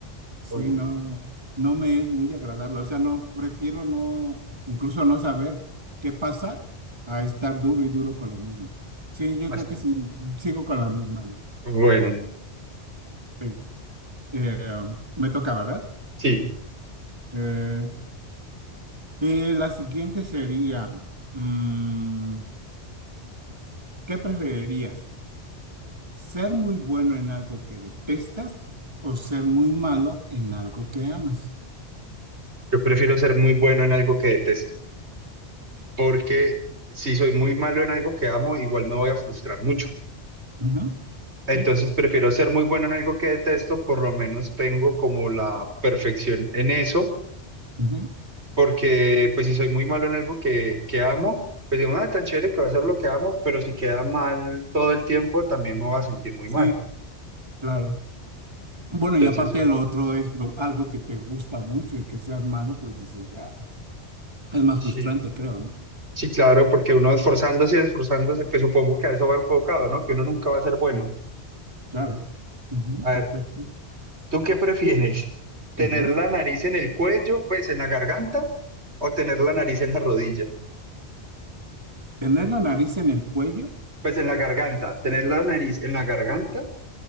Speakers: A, on the right; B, on the right.
A: Sí,
B: Uy, no.
A: no, no me es muy agradable. O sea, no, prefiero no, incluso no saber qué pasa a estar duro y duro con lo mismo. Sí, yo
B: Mas-
A: creo que sí, sigo con la misma.
B: Bueno,
A: sí. Eh, um, me toca, ¿verdad?
B: sí,
A: Eh, eh, la siguiente sería, mm, ¿qué preferirías? ¿Ser muy bueno en algo que detestas o ser muy malo en algo que amas?
B: yo prefiero ser muy bueno en algo que detesto, porque si soy muy malo en algo que amo, igual me voy a frustrar mucho.
A: Ujú,
B: Entonces
A: sí,
B: prefiero ser muy bueno en algo que detesto, por lo menos tengo como la perfección en eso,
A: ujú,
B: porque pues si soy muy malo en algo que, que amo, pues digo, nada, tan chévere que va a ser lo que amo, pero si queda mal todo el tiempo, también me va a sentir muy
A: sí,
B: mal.
A: claro. Bueno,
B: Entonces,
A: y aparte
B: eh,
A: de lo otro es lo- algo que te gusta mucho y que seas malo, pues dices, "Ah, es más
B: sí,
A: frustrante, creo, ¿no?
B: sí, claro, porque uno esforzándose y esforzándose, pues supongo que a eso va enfocado, ¿no? Que uno nunca va a ser bueno.
A: Sí, claro. Ujú,
B: A ver,
A: perfecto.
B: ¿tú qué prefieres?
A: Sí,
B: ¿Tener
A: ujú.
B: la nariz en el cuello, pues en la garganta, o tener la nariz en la rodilla?
A: Tener la nariz en el cuello.
B: Pues en la garganta, tener la nariz en la garganta